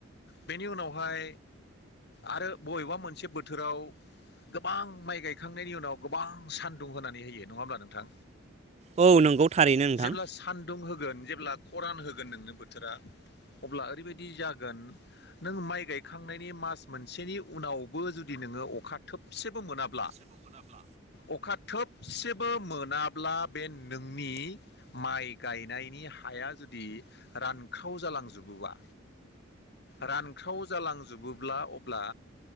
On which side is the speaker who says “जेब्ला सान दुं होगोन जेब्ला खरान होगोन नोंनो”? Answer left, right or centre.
Left